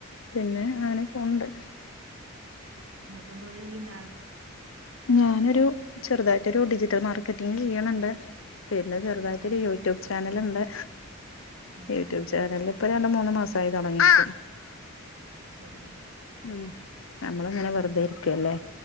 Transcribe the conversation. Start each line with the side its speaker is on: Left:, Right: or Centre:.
Left: പിന്നെ അങ്ങനെ പോണ്ട്
Right: നിങ്ങക്ക് എന്തോ ജോലി ഇണ്ടാ
Left: ഞാനൊരു ചെറുതായിട്ടൊരു ഡിജിറ്റൽ മാർക്കറ്റിങ് ചെയ്യണണ്ട് പിന്നെ ചെറുതായിട്ടൊരു
Right: ഉം
Left: യൂട്യൂബ് ചാനൽ ല്ണ്ട്
Right: ഉം
Left: യൂട്യൂബ്
Right: ഉം
Left: ചാനല് ഇപ്പ മൂന്ന് മാസായി തുടങ്ങിട്ട്
Right: ശരിയാ
Left: ഉ നമ്മള് ഇങ്ങനെ വെറുതെ ഇരിക്കുവല്ലേ